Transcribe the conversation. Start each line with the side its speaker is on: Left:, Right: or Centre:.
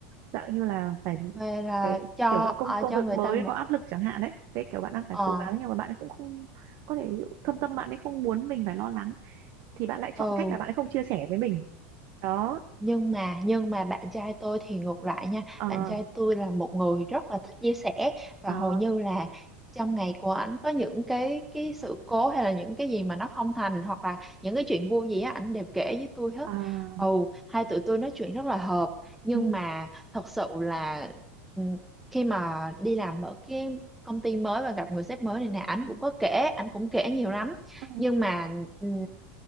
Right: dạng như là phải
Centre: vậy là
Right: phải
Centre: cho
Right: kiểu gặp công
Centre: ờ,
Right: công
Centre: cho
Right: việc
Centre: người
Right: mới
Centre: ta một
Right: có áp lực chẳng hạn đấy thế kiểu bạn đang phải
Centre: ờ
Right: cố gắng nhưng mà bạn ấy cũng không có thể ví dụ thâm tâm bạn ấy không muốn mình phải lo lắng thì bạn lại chọn
Centre: ừ
Right: cách là bạn ấy không chia sẻ với mình đó
Centre: nhưng mà nhưng mà bạn trai tôi thì ngược lại nha
Right: ờ
Centre: bạn trai tôi là một người rất là thích chia sẻ và
Right: ờ,
Centre: hầu như là trong ngày của ảnh có những cái cái sự cố hay là những cái gì mà nó không thành hoặc là những cái chuyện vui gì á ảnh đều kể với tôi hết
Right: à
Centre: ồ hai tụi tôi nói chuyện rất là hợp nhưng
Right: ừ
Centre: mà thật sự là ừ, khi mà đi làm ở cái công ty mới và gặp người sếp mới này nè ảnh cũng có kể ảnh cũng kể nhiều lắm
Right: ừ
Centre: nhưng mà ừ,